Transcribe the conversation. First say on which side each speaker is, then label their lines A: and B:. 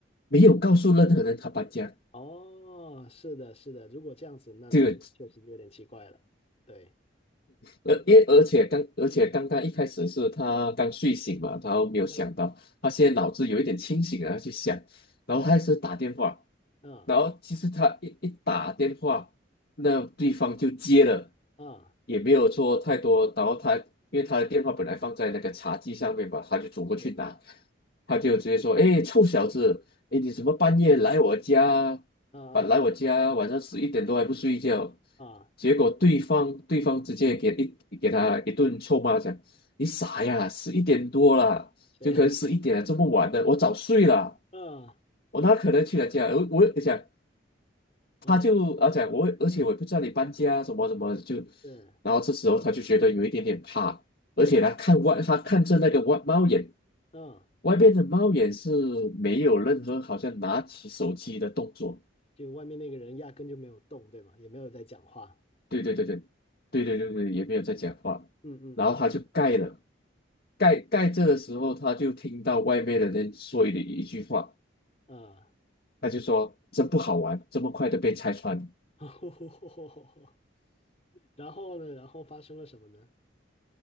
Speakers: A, on the left; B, on the left.
A: 没有告诉任何人他搬家，
B: 哦，是的，是的，如果这样子，那那确实有点奇怪了。
A: 这个
B: 对
A: 而因为而且刚而且刚刚一开始是他刚睡醒嘛，他没有想到，
B: 对，
A: 他现在脑子有一点清醒然后去想，然后他是打电话，
B: 嗯
A: 然后其实他一一打电话，那对方就接了，
B: 嗯，
A: 也没有说太多，然后他因为他的电话本来放在那个茶几上面嘛，他就走过去拿，
B: 是，
A: 他就直接说：“哎，臭小子！”诶，你怎么半夜来我家，
B: 嗯嗯
A: 本来我家晚上十一点多还不睡觉，
B: 嗯，嗯
A: 结果对方对方直接给一给他一顿臭骂，讲你傻呀，十一点多了，
B: 谁？
A: 就可能十一点了，这么晚了，我早睡了，
B: 嗯
A: 我哪可能去他家？我我讲
B: <laughs> 哦哦，
A: 他就啊讲我，而且我也不知道你搬家什么什么，就
B: 对
A: 然后这时候他就觉得有一点点怕，
B: 对，
A: 而且他看外他看着那个外猫眼，
B: 嗯，
A: 外边的猫眼是没有任何好像拿起手机的动作。
B: 就外面那个人压根就没有动，对吗？也没有在讲话。
A: 对对对对，对对对对，也没有在讲话然后他就盖了，
B: 嗯嗯嗯
A: 盖盖着的时候，他就听到外面的人说的一句话，
B: 嗯嗯。
A: 他就说：“真不好玩，这么快的被拆穿。”
B: <laughs> 然后呢，然后发生了什么呢？